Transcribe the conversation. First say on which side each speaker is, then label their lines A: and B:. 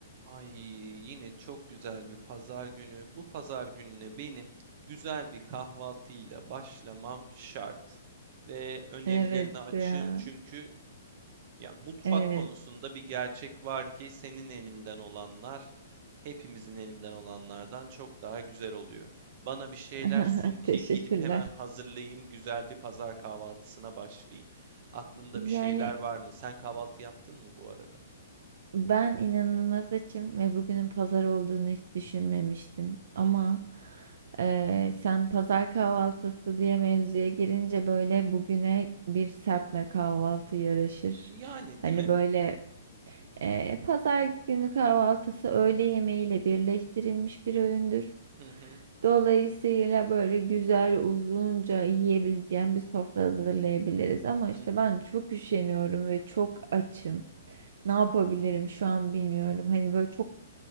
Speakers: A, on the right (about 35°); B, on the right (about 55°).
A: Ay yine çok güzel bir pazar günü. Bu pazar gününe benim güzel bir kahvaltıyla başlamam şart. Ve önerilerine
B: Evet
A: açığım
B: ya.
A: çünkü ya mutfak
B: Evet.
A: konusunda bir gerçek var ki senin elinden olanlar hepimizin elinden olanlardan çok daha güzel oluyor. Bana bir şeyler
B: <laughs>
A: sun ki
B: Teşekkürler.
A: gidip hemen hazırlayayım, güzel bir pazar kahvaltısına başlayayım. Aklında
B: Yani
A: bir şeyler var mı? Sen kahvaltı yaptın mı bu arada?
B: ben inanılmaz açım ve bugünün pazar olduğunu hiç düşünmemiştim. Ama
A: Hı hı.
B: eee, sen pazar kahvaltısı diye mevzuya girince böyle bugüne bir serpme kahvaltı yaraşır.
A: Yani
B: Hani
A: değil mi?
B: böyle Ee, pazar günü kahvaltısı öğle yemeğiyle birleştirilmiş bir öğündür.
A: Hı hı.
B: Dolayısıyla böyle güzel uzunca yiyebileceğim bir sofra hazırlayabiliriz. Ama işte
A: Hı hı.
B: ben çok üşeniyorum ve çok açım. Ne yapabilirim şu an bilmiyorum. Hani böyle çok